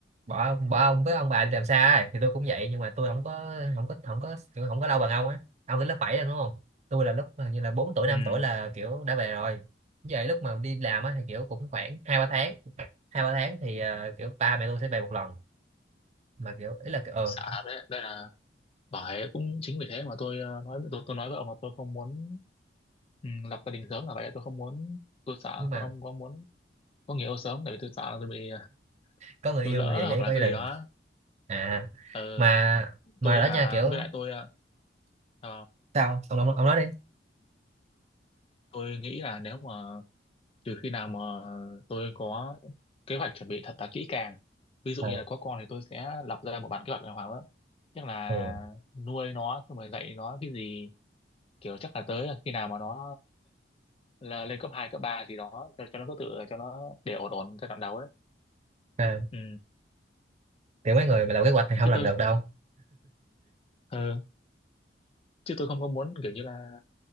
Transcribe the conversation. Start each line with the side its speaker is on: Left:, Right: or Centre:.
Right: bỏ bỏ ông với ông bà đi làm xa ấy. thì tôi cũng vậy nhưng mà tôi không có không có không có kiểu không có lâu bằng ông á ông tới lớp 7 rồi đúng không tôi là lúc hình như là bốn tuổi
Left: ừ
Right: năm tuổi là kiểu đã về rồi vậy lúc mà đi làm á thì kiểu cũng khoảng hai ba tháng hai ba tháng thì ờ, kiểu ba mẹ tôi sẽ về một lần mà kiểu ý là kiểu ờ
Left: sợ đấy đây là bởi cũng chính vì thế mà tôi ờ, nói tôi, tôi nói với ông là tôi không muốn ừ, lập gia đình sớm là vậy tôi không muốn tôi sợ
Right: nhưng mà
Left: tôi không có muốn có người yêu sớm tại vì tôi sợ là tôi bị ờ,
Right: có người
Left: tôi
Right: yêu
Left: lỡ
Right: rồi vậy
Left: hoặc
Right: vậy
Left: là
Right: có gia
Left: cái
Right: đình
Left: gì đó
Right: à
Left: ừ,
Right: mà mà
Left: tôi
Right: đó
Left: hả
Right: nha kiểu
Left: với lại tôi ờ, sao không?
Right: sao ông ông, ông nói đi
Left: tôi nghĩ là nếu mà trừ khi nào mà tôi có kế hoạch chuẩn bị thật là kỹ càng ví dụ
Right: Ờ,
Left: như là có con thì tôi sẽ lập ra một bản kế hoạch đàng hoàng đó chắc là
Right: ừ.
Left: nuôi nó xong rồi dạy nó cái gì kiểu chắc là tới khi nào mà nó là lên cấp 2 cấp 3 gì đó cho, cho nó có tự cho nó để ổn ổn giai đoạn đầu ấy
Right: à,
Left: ừ.
Right: kiểu mấy người mà làm kế hoạch thì không
Left: chứ
Right: làm
Left: tôi
Right: được đâu
Left: ờ, chứ tôi không có muốn kiểu như là